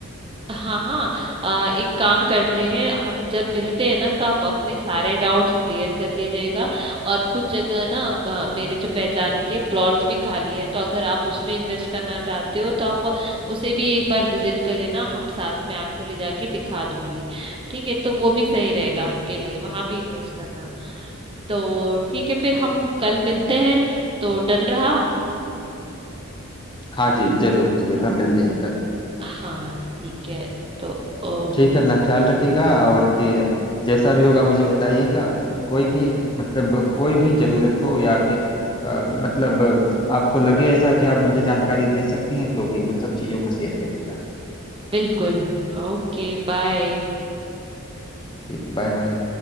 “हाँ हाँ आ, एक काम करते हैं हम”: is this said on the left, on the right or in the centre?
Right